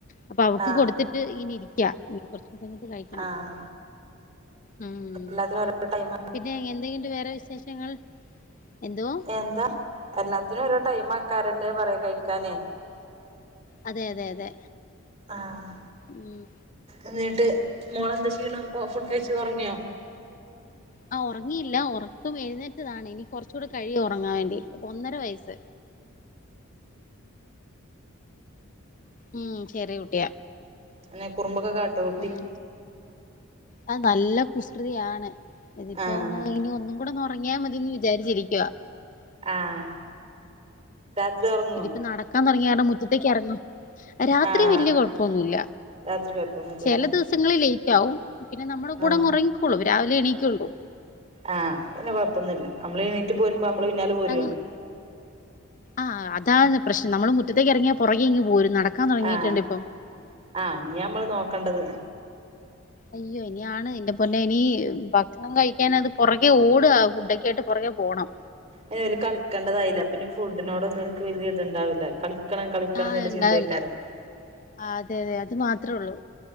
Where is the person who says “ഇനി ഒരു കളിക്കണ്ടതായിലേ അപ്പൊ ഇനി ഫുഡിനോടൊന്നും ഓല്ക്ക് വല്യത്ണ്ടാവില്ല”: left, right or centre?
Right